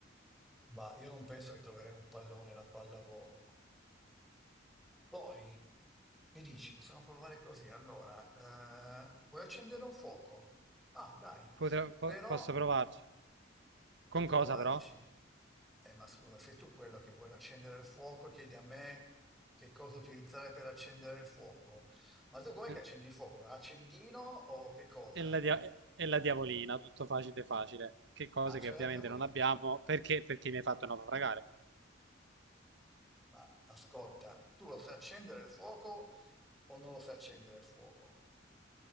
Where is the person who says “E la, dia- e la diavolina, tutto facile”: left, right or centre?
Right